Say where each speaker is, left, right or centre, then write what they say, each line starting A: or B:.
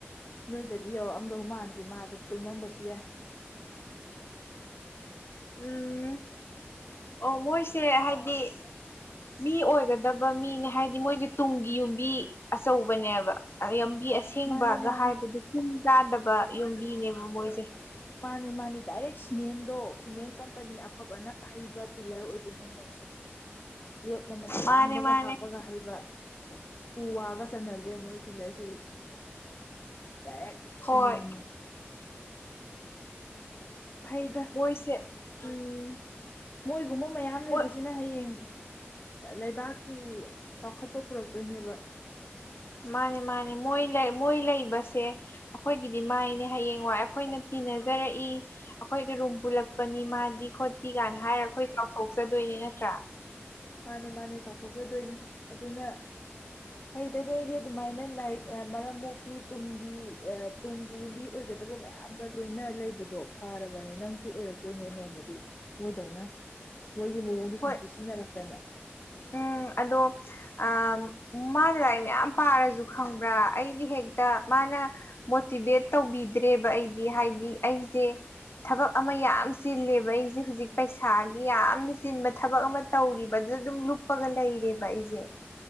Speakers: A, on the left; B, on the left.
A: ꯅꯣꯏꯗꯗꯤ ꯌꯧꯔꯛꯑꯝꯗꯧ ꯃꯥꯟꯗ꯭ꯔꯤ ꯃꯥꯗ ꯇꯨꯝꯃꯝꯕꯁꯨ ꯌꯥꯏ
B: ꯎꯝ ꯑꯣ ꯃꯣꯏꯁꯦ ꯍꯥꯏꯗꯤ ꯃꯤ ꯑꯣꯏꯒꯗꯕ ꯃꯤꯅꯦ ꯍꯥꯏꯗꯤ ꯃꯣꯏꯗꯤ ꯇꯨꯡꯒꯤ ꯌꯨꯝꯕꯤ ꯑꯆꯧꯕꯅꯦꯕ ꯌꯥꯝ ꯌꯕꯤ ꯑꯁꯦꯡꯕꯒ
A: ꯃꯥꯅꯤ ꯃꯥꯅꯤ
B: ꯍꯥꯏꯕꯗꯨ ꯇꯤꯟ ꯆꯥꯗꯕ ꯌꯨꯝꯕꯤꯅꯦꯕ ꯃꯣꯏꯁꯦ
A: ꯃꯥꯅꯦ ꯃꯥꯅꯦ ꯗꯥꯏꯔꯦꯛ ꯁꯤꯃꯦꯟꯗꯣ ꯁꯤꯃꯦꯟ ꯀꯝꯄꯅꯤ ꯑꯐꯕꯅ ꯑ ꯍꯩꯕ ꯄꯤꯂꯔ ꯑꯣꯏ ꯄꯤꯅꯤ ꯃꯣꯏꯁꯦ ꯌꯣꯠ ꯃꯃꯜ ꯑꯇꯥꯡꯕꯒ
B: ꯃꯥꯅꯦ ꯃꯥꯅꯦ
A: ꯍꯥꯞꯄꯒ ꯍꯩꯕ ꯎ ꯋꯥꯒ ꯆꯟꯅꯗ꯭ꯔꯦ ꯃꯣꯏ ꯄꯤꯂꯔꯁꯤ ꯗꯥꯏꯔꯦꯛ
B: ꯍꯣꯏ
A: ꯁꯤꯃꯦꯟꯅꯤ ꯐꯩꯗ
B: ꯃꯣꯏꯁꯦ ꯎꯝ
A: ꯃꯣꯏꯒꯨꯝꯕ ꯃꯌꯥꯝ
B: ꯃꯣꯏ
A: ꯂꯩꯕꯁꯤꯅ ꯍꯌꯦꯡ ꯂꯩꯕꯥꯛꯀꯤ ꯆꯥꯎꯈꯠꯄ ꯄꯨꯔꯛꯇꯣꯏꯅꯦꯕ
B: ꯃꯥꯅꯦ ꯃꯥꯅꯦ ꯃꯣꯏ ꯃꯣꯏ ꯂꯩꯕꯁꯦ ꯑꯩꯈꯣꯏꯒꯤꯗꯤ ꯃꯥꯏꯅꯦ ꯍꯌꯦꯡ ꯋꯥꯏ ꯑꯩꯈꯣꯏꯅ ꯇꯤꯟꯅꯖꯔꯛꯏ ꯑꯩꯈꯣꯏꯒꯤ ꯔꯨꯝ ꯄꯨꯜꯂꯛꯄꯅꯤ ꯃꯥꯗꯤ ꯈꯣꯠꯇꯤ ꯀꯥꯏꯅ ꯍꯥꯏꯔ ꯑꯩꯈꯣꯏ ꯆꯥꯎꯊꯣꯛꯆꯗꯣꯏꯅꯦ ꯅꯠꯇ꯭ꯔꯥ
A: ꯃꯥꯅꯦ ꯃꯥꯅꯦ ꯆꯥꯎꯊꯣꯛꯆꯗꯣꯏꯅꯤ ꯑꯗꯨꯅ ꯍꯩꯇꯗꯣꯏꯗꯤ ꯑꯗꯨꯃꯥꯏꯅ ꯂꯛ ꯃꯔꯝ ꯃꯣꯛꯄꯤ ꯇꯨꯡꯒꯤ ꯇꯨꯡꯒꯤ ꯌꯨꯝꯕꯤ ꯑꯣꯏꯒꯗꯕ ꯃꯌꯥꯝꯒ ꯂꯣꯏꯅ ꯂꯩꯕꯗꯣ ꯐꯔꯕꯅꯦ ꯅꯪꯁꯨ ꯑꯣꯏ ꯔꯛꯇꯣꯏꯅꯦ ꯅꯣꯡꯃꯗꯤ ꯃꯣꯏꯗꯧꯅ ꯃꯣꯏꯒꯤ ꯃꯑꯣꯡꯗꯣ
B: ꯍꯣꯏ
A: ꯁꯨꯝ <unintelligible>
B: ꯎꯝ ꯑꯗꯣ ꯑ ꯃꯥꯅ ꯂꯥꯏꯔꯤꯛ ꯃꯌꯥꯝ ꯄꯥꯔꯖꯨ ꯈꯪꯕ꯭ꯔꯥ ꯑꯩꯗꯤ ꯍꯦꯛꯇ ꯃꯥꯅ ꯃꯣꯇꯤꯚꯦꯠ ꯇꯧꯕꯤꯗ꯭ꯔꯦꯕ ꯑꯩꯗꯤ ꯍꯥꯏꯗꯤ ꯑꯩ ꯖꯦ ꯊꯕꯛ ꯑꯃ ꯌꯥꯝ ꯆꯤꯜꯂꯦꯕ ꯑꯩꯖꯦ ꯍꯨꯖꯤꯛ ꯄꯩꯁꯥꯒꯤ ꯌꯥꯝꯅ ꯆꯤꯟꯕ ꯊꯕꯛ ꯑꯃ ꯇꯧꯔꯤꯕ ꯑꯗ ꯗꯨꯝ ꯂꯨꯞꯄꯒ ꯂꯩꯔꯦꯕ ꯑꯩꯖꯦ